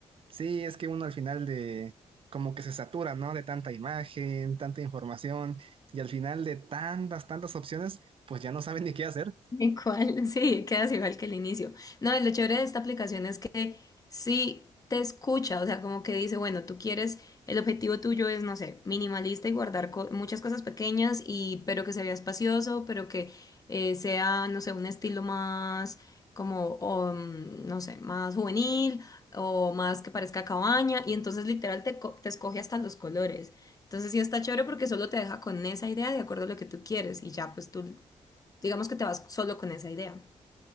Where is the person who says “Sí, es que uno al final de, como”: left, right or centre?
Right